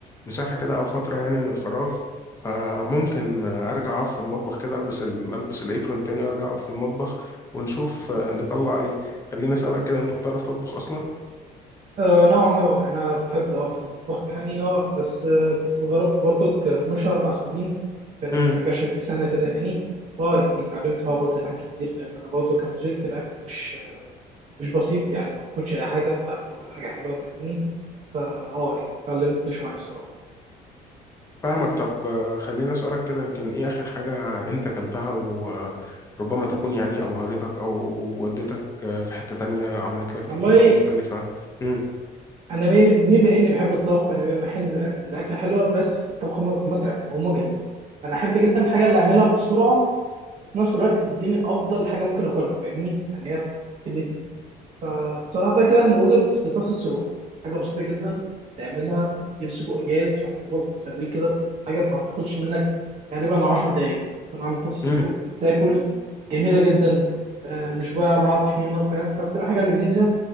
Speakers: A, on the left (about 20°); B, on the right (about 40°).
A: مساحة كده أو فترة يعني من الفراغ فممكن أرجع أقف في المطبخ كده ألبس ال... ألبس الإبرون تاني وأرجع أقف في المطبخ ونشوف آه، نطلع إيه خليني أسألك كده أنت بتعرف تطبخ أصلا؟
B: آه، نعم آه، انا بحب اه في المطبخ يعني اه بس آه، كنت جربت برضك آه، مش اربع سنين كانت
A: امم
B: حاجه شبه سنه كده يعني اه يعني اتعلمت فيها برضه حاجات كتير لان انا برضه كان ذوقي في الاكل مش مش بسيط يعني ما باكلش اي حاجه لا انا باكل حاجه حلوه فاهمني فا اه يعني اتعلمت شويه الصراحه
A: فاهمك طب آه، خليني أسألك كده يمكن إيه آخر حاجة أنت أكلتها وربما تكون يعني أبهرتك أو ودتك آه، في حتة تانية عملت لك
B: والله
A: تجربة مختلفة امم
B: انا مين مين بما اني بحب الطبخ فانا بحب الأك- الاكل حلو بس الطبخ م- متعب ومجهد انا احب جدا الحاجه اللي اعملها بسرعه وفي نفس الوقت بتديني افضل حاجه ممكن اكلها فاهمني يعني هي الاتنين فبصراحه ده كان وجد في طاسه سجق حاجه بسيطه جدا تعملها تجيب سجق جاهز فانت دوبك بتسويه كده حاجه ما بتاخدش منك تقريبا 10 دقايق تكون عامل طاسه
A: امم
B: سجق تاكل جميله جدا آه، مش بقى معاها طحينه فاهم فبتبقى حاجه لذيذه